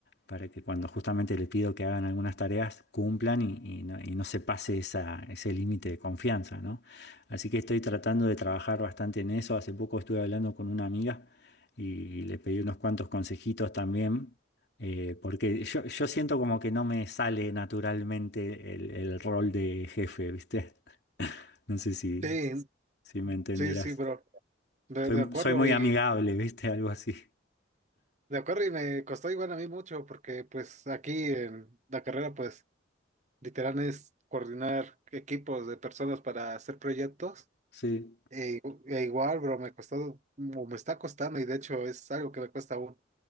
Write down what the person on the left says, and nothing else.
para que cuando justamente le pido que hagan algunas tareas cumplan y, y no, y no se pase esa, ese límite de confianza, ¿no? Así que estoy tratando de trabajar bastante en eso. Hace poco estuve hablando con una amiga y le pedí unos cuantos consejitos también. eh, porque yo, yo siento como que no me sale naturalmente el, el rol de jefe, ¿viste? <laughs> No sé si,
si me entenderás.
Soy,
soy muy
amigable, <laughs> ¿viste? Algo así.
Sí.